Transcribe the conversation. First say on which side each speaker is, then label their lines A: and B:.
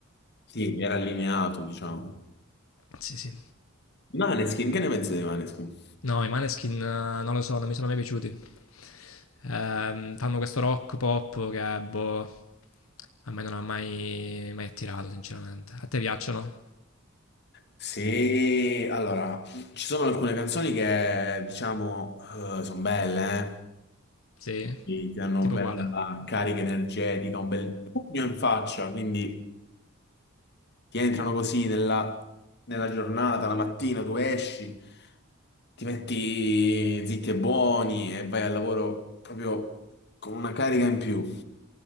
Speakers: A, on the left; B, on the left.
A: sì, era allineato, diciamo.
B: sì, sì.
A: Maneskin, che ne pensi dei Maneskin?
B: No, i Maneskin eh, non lo so, non mi sono mai piaciuti. Ehm, fanno questo rock pop che, boh, a me non ha mai, mai attirato, sinceramente. A te piacciono?
A: Sì, allora, ci sono alcune canzoni che, diciamo, sono belle, eh?
B: Sì?
A: Ti ti danno
B: Tipo
A: una bella
B: quale?
A: carica energetica, un bel pugno in faccia, quindi ti entrano così nella, nella giornata, la mattina tu esci, ti metti zitti e buoni e vai al lavoro proprio con una carica in più.